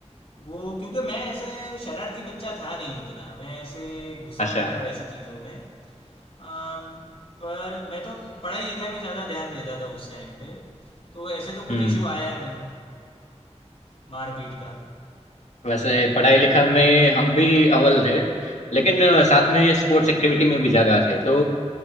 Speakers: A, on the left (about 55°); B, on the left (about 75°).
A: वो क्योंकि मैं ऐसे शरारती बच्चा था नहीं उतना मैं ऐसे घुसता
B: आशा
A: नहीं था वैसी चीज़ों में अम, पर मैं तो पढ़ाई लिखाई में ज़्यादा ध्यान देता था उस टाइम पे तो ऐसे तो कुछ
B: हम्म
A: इशू आया नहीं मारपीट का
B: वैसे पढ़ाई लिखा में हम भी अव्वल थे लेकिन अ, साथ में स्पोर्ट्स एक्टिविटी में भी ज्यादा थे तो